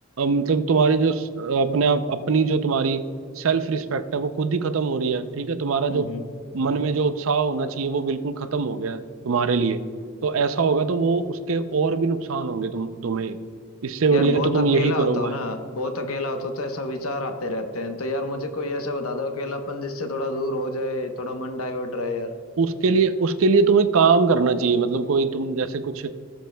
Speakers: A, on the right (about 70°); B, on the left (about 85°).
A: मतलब तुम्हारी जो स- अपने आप अपनी जो तुम्हारी सेल्फ रिस्पेक्ट है वो खुद ही खत्म हो रही है ठीक है तुम्हारा
B: हम्म
A: जो
B: हम्म।
A: मन में जो उत्साह होना चाहिए वो बिल्कुल खत्म हो गया है तुम्हारे लिए तो ऐसा होगा तो वो उसके और भी नुकसान होंगे तुम तुम्हें इससे बढ़िया
B: यार बहुत
A: तो तुम
B: अकेला
A: यही
B: होता
A: करो भाई
B: हूँ ना बहुत अकेला होता हूँ तो ऐसा विचार आते रहते हैं तो यार मुझे कोई ऐसा बता दो अकेलापन जिससे थोड़ा दूर हो जाए थोड़ा मन डाइवर्ट रहे यार
A: उसके लिए उसके लिए तुम्हें काम करना चाहिए मतलब कोई तुम जैसे कुछ